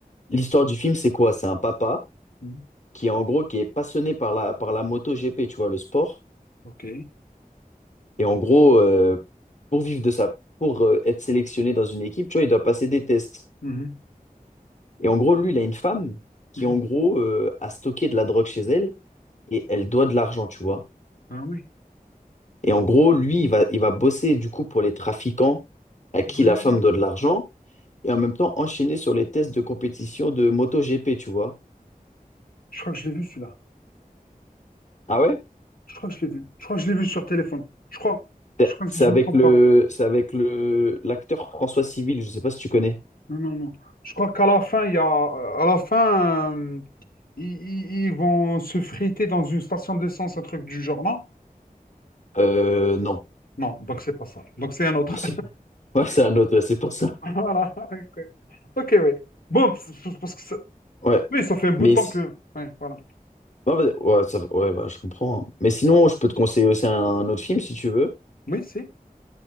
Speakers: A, on the left (about 50°); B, on the left (about 75°).
A: l'histoire du film, c'est quoi? C'est un papa
B: Mhm.
A: qui, en gros, qui est passionné par la, par la moto GP, tu vois, le sport.
B: Ok.
A: Et en gros, euh, pour vivre de ça, pour euh, être sélectionné dans une équipe, tu vois, il doit passer des tests.
B: Mhm.
A: Et en gros, lui, il a une femme qui,
B: Mhm.
A: en gros, euh, a stocké de la drogue chez elle et elle doit de l'argent, tu vois.
B: Ah oui.
A: Et en gros, lui, il va, il va bosser du coup pour les trafiquants à qui
B: Ouais.
A: la femme doit de l'argent et en même temps enchaîner sur les tests de compétition de MotoGP, tu vois.
B: Je crois que je l'ai vu celui-là.
A: Ah ouais?
B: Je crois que je l'ai vu. Je crois que je l'ai vu sur téléphone. Je crois.
A: C'est
B: Je crois que
A: c'est
B: si je
A: avec
B: me trompe
A: le,
B: pas.
A: c'est avec le, l'acteur François Civil, je sais pas si tu connais.
B: Non, non, non. Je crois qu'à la fin, il y a, euh, à la fin, euh, ils, ils- ils vont se friter dans une station d'essence, un truc du genre, non?
A: Euh, non.
B: Non, donc c'est pas ça. Donc c'est un autre.
A: Ah, c'est, ouais, c'est un autre, ouais, c'est pas ça.
B: <laughs> Voilà. Ok, Ok, oui. Bon, parce parce que ça...
A: Ouais.
B: Oui, ça fait un bout
A: Mais,
B: de temps
A: si-
B: que... Ouais, voilà.
A: ouais, vas-y. ouais, ça- ouais, bah, je comprends. hein. Mais sinon, je peux te conseiller aussi un, autre film si tu veux.
B: Oui, c'est.